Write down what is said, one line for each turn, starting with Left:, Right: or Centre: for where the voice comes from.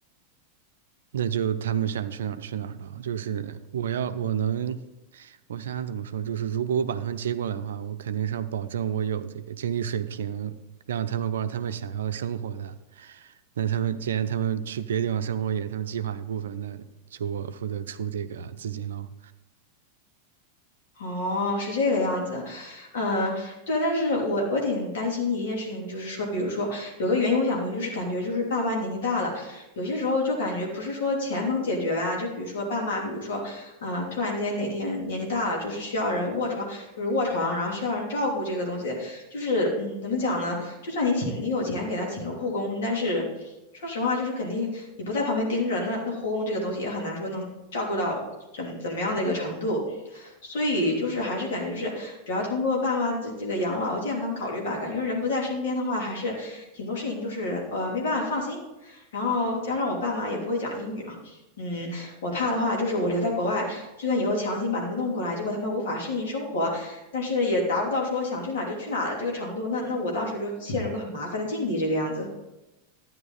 Right: 那就他们想去哪儿去哪儿了。就是我要我能，我想想怎么说，就是如果我把他们接过来的话，我肯定是要保证我有这个经济水平，让他们过上他们想要的生活的。那他们既然他们去别的地方生活也是他们计划一部分，那就我负责出这个资金喽。
Left: 哦，是这个样子，嗯，对，但是我我挺担心的一件事情，就是说，比如说有个原因，我想回去是感觉就是爸妈年纪大了，有些时候就感觉不是说钱能解决吧，就比如说爸妈，比如说，嗯，突然间哪天年纪大了，就是需要人卧床，就是卧床，然后需要人照顾这个东西，就是嗯，怎么讲呢？就算你请你有钱给他请个护工，但是说实话，就是肯定你不在旁边盯着，那那护工这个东西也很难说能照顾到怎怎么样的一个程度。所以就是还是感觉就是主要通过爸妈的这个养老和健康考虑吧，感觉人不在身边的话，还是挺多事情就是呃没办法放心。然后加上我爸妈也不会讲英语嘛，嗯，我怕的话就是我留在国外，就算以后强行把他们弄过来，结果他们无法适应生活，但是也达不到说想去哪就去哪的这个程度。那那我当时就陷入个很麻烦的境地，这个样子。